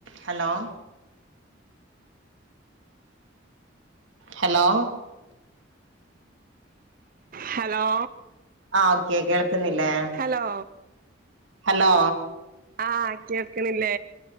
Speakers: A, on the right; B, on the right.
A: ഹലോ ഹലോ
B: ഹലോ
A: ആ ഓക്കെ കേൾക്കുന്നില്ലേ
B: ഹലോ
A: ഹലോ
B: ആ കേൾക്കണില്ലേ